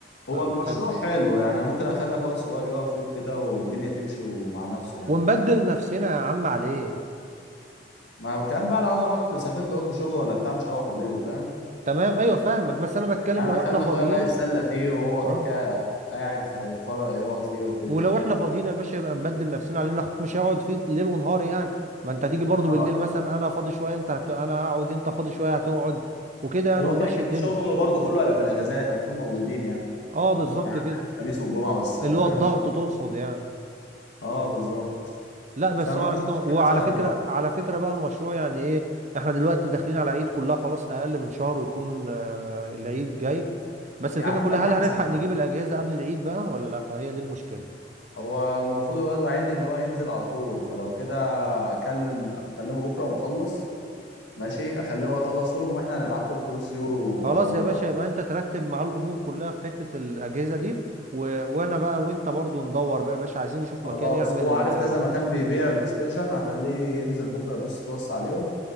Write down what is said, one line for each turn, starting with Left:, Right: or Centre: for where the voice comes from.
Left: هو المشروع
Right: حلو
Left: حلو يعني أنا ممكن اخلي اخويا الصغير يقف فيه وكده والدنيا تمشي مع نفسه يعني
Right: ونبدل نفسنا يا عم عليه
Left: ما الكلام بقى لو انا رحت سافرت ورحت شغل ولا بتاع مش هوقف فاضيله فاهم
Right: تمام ايوه فاهمك بس انا بتكلم
Left: يعني
Right: لو
Left: انا اخلي
Right: احنا فاضيين
Left: اخويا بقى يتسلى فيه وهو
Right: اه
Left: كده كده قاعد فيتفرج يقعد فيه وكده
Right: ولو
Left: يعني
Right: احنا فاضيين يا باشا يبقى نبدل نفسنا علينا اخوك مش هيقعد فيه ليل ونهار يعني ما انت هتيجي برضو
Left: كرأيي
Right: بالليل مثلا انا فاضي شويه انت هت... انا هقعد انت فاضي شويه هتقعد وكده يعني
Left: هو
Right: ونمشي
Left: كده كده
Right: الدنيا
Left: شغله برضه كله هيبقى في الاجازات هنكون موجودين يعني
Right: اه بالظبط
Left: يعني
Right: كده
Left: عندك الخميس والجمعه والس
Right: اللي هو
Left: فاهم
Right: الضغط تقصد يعني
Left: اه بالظبط
Right: لا بس
Left: فما
Right: هو على
Left: فيش
Right: فكره
Left: مشكله
Right: وعلى
Left: سهله
Right: فكره
Left: طبعا
Right: على فكره بقى المشروع يعني ايه احنا دلوقتي داخلين على عيد كلها خلاص اقل من شهر ويكون آه، العيد جاي بس الفكره
Left: يا عم
Right: كلها
Left: احنا
Right: هل
Left: حسبناها
Right: هنلحق نجيب الاجهزه قبل العيد بقى ولا لا هي دي المشكله
Left: هو المفروض الواد وعدني اللي هو ينزل على طول فلو كده اكلم اكلمه بكره ونخلص ماشي اخليه هو يخلص يوم واحنا هنبعت له الفلوس يورو
Right: خلاص
Left: او دو...
Right: يا باشا يبقى انت ترتب مع الامور كلها في حته الاجهزه دي و... وانا بقى وانت برضو ندور بقى يا باشا عايزين نشوف
Left: خلاص
Right: مكان يعمل
Left: هو
Right: ال...
Left: عارف
Right: ال-
Left: كذا مكان بيبيع بلاي ستيشن هخليه ينزل بكره يبص بص عليهم